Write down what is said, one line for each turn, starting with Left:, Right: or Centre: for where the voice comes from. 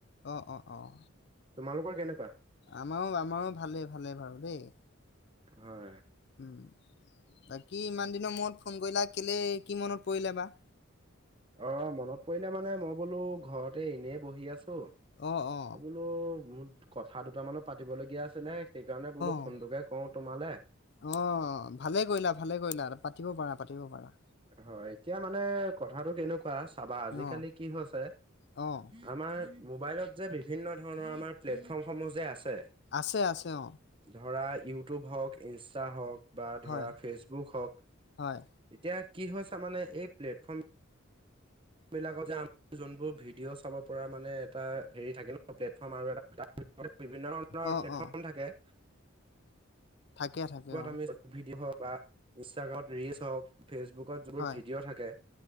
Left: অ', অ' অ'
Right: তোমালোকৰ কেনেকুৱা?
Left: আমাৰো আমাৰো ভালে ভালে ভাল দেই।
Right: হয়',
Left: উম', বাকী ইমান দিনৰ মূৰত ফোন কৰিলা কেলেই কি, মনত পৰিলে বা।
Right: অ', মনত পৰিলে মানে মই বোলো ঘৰতে এনেই বহি আছোঁ।
Left: অ', অ'।
Right: ত মোৰ, কথা দুটামানো পাতিব লগীয়া আছিলে, সেইকাৰণে বোলো ফোনটোকে
Left: অ
Right: কৰোঁ তোমালে।
Left: অ', ভালে কৰিলা ভালে কৰিলা পাতিব পাৰা, পাতিব পাৰা।
Right: হয়। এতিয়া মানে কথাটো কেনেকুৱা চাবা আজিকালি
Left: অ',
Right: কি হৈছে।
Left: অ',
Right: আমাৰ মোবাইলত যে, বিভিন্ন ধৰণৰ আমাৰ প্লেটফৰ্ম সমূহ যে আছে।
Left: আছে, আছে, অ'।
Right: ধৰা ইউটিউব হওঁক ইনষ্টা হওঁক বা ধৰা
Left: হয়,
Right: ফেচবুক হওঁক,
Left: হয়,
Right: এতিয়া কি হৈছে মানে এই প্লেটফৰ্ম, বিলাকত যে, আমাৰ যোনবোৰ ভিডিঅ' চাব পৰা মানে এটা হেৰি থাকে ন? প্লেটফৰ্ম আৰু এটা তাত বিভিন্ন ধৰণৰ
Left: অ',
Right: প্লেটফৰ্ম
Left: অ',
Right: থাকে
Left: থাকে, থাকে,
Right: সেই বোৰত
Left: অ',
Right: আমি ভিডিঅ' হওঁক বা, ইনষ্টাগ্ৰামত ৰিলচ হওঁক, ফেচবুকত যিবোৰ
Left: হয়,
Right: ভিডিঅ' থাকে।